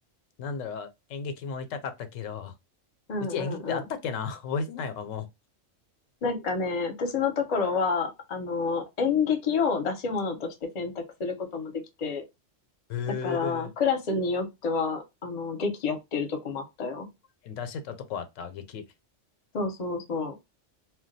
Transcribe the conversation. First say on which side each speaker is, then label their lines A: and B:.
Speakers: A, on the left; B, on the left.
A: なんだろう、演劇もいたかったけど、
B: うん、
A: うち演劇部あったっけな覚えてないわ、
B: うん。
A: も
B: なんかね、私のところは、あの、演劇を出し物として選択することもできて、
A: う。へ
B: だから、クラスによっては、あの、劇やってるとこもあったよ。
A: え。出してたとこあった、劇。
B: そうそうそう。